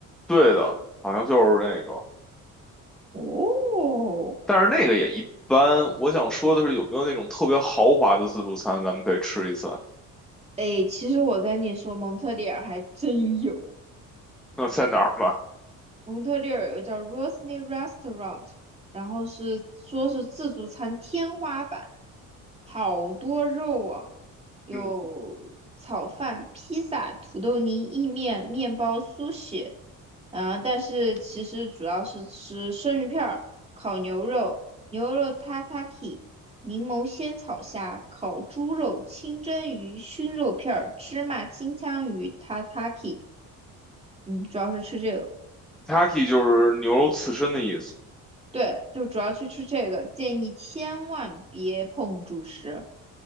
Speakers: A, in the centre; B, on the right.
A: 对的，好像就是那个，
B: 哦，
A: 但是那个也一般。我想说的是，有没有那种特别豪华的自助餐，咱们可以吃一次？
B: 哎，其实我跟你说，蒙特利尔还真有。
A: 那在哪儿吧？
B: 蒙特利尔有个叫 Rosny Restaurant，然后是说是自助餐天花板，好多肉啊，有炒饭、
A: 嗯
B: 披萨、土豆泥、意面、面包、苏式，啊、但是其实主要是吃生鱼片儿、烤牛肉、牛肉 tataki、柠檬鲜草虾、烤猪肉、清蒸鱼、熏肉片儿、芝麻金枪鱼 tataki，嗯，主要是吃这个。
A: ，Taki 就是牛肉刺身的意思，
B: 对，就主要去吃这个，建议千万别碰主食。